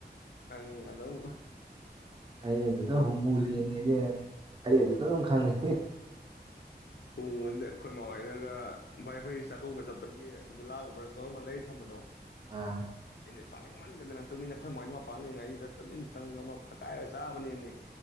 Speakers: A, on the left; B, on the right.
A: ꯅꯪ ꯑꯗꯨꯝ
B: ꯑꯩ ꯑꯗꯨꯗ ꯍꯨꯝꯉꯨ ꯂꯦꯡꯉꯦꯅꯦ ꯑꯩ ꯑꯗꯨꯗ ꯑꯗꯨꯝ ꯈꯪꯉꯦ
A: ꯎꯡꯕꯗ ꯑꯩꯈꯣꯏ ꯃꯥ ꯍꯣꯏꯅꯒ ꯕꯥꯏ ꯑꯩꯈꯣꯏꯒꯤ ꯆꯥꯛꯀꯧꯕ ꯆꯠꯄꯒꯤ ꯒꯨꯂꯥ ꯒꯨꯝꯕ ꯔꯥꯁ ꯒꯨꯂꯥ ꯒꯨꯝꯕ ꯂꯩꯔ ꯊꯝꯕꯗꯣ
B: ꯑꯥ
A: ꯑꯩꯅ ꯆꯥꯅꯤꯡꯃꯟꯒꯤꯗꯅ ꯇꯨꯃꯤꯟꯅ ꯑꯩꯈꯣꯏ ꯃꯥꯏ ꯃꯄꯥꯟ ꯂꯩꯉꯩꯁꯤꯗ ꯇꯨꯃꯤꯟ ꯆꯪꯉꯒ ꯑꯃ ꯐꯥꯛꯀꯥꯏꯔꯒ ꯆꯥꯕꯅꯦꯝꯅꯦ